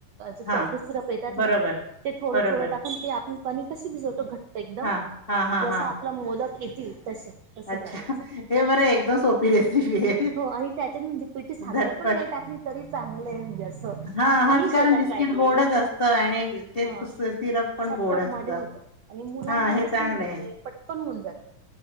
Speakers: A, on the right; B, on the left.
A: चॉकलेट
B: हां
A: सिरप येतात ना
B: बरोबर
A: ते थोडं
B: बरोबर
A: थोडं टाकून ते आपण कमी कशी भिजवत घटघट एकदम
B: हां हां हां
A: जस
B: हां
A: आपलं मोदक येती तसे तसं
B: अच्छा
A: करायचं
B: हे बरं एकदम सोपी रेसिपी आहे
A: हो आणि त्याच्यात म्हणजे पिठी साखर
B: झटपट
A: पण नाही टाकली तरी चांगलं आहे म्हणजे असं
B: हा हा
A: मी
B: ते कारण
A: स्वतः
B: बिस्किट
A: ट्राय केलेले
B: गोडच असतं आणि ते
A: हा
B: सिरप पण
A: शॉर्टकट
B: गोड असत
A: मध्ये होत आणि मुलांना
B: हा हे
A: कसं
B: चांगलं
A: म्हणजे
B: आहे
A: पटकन होऊन जातं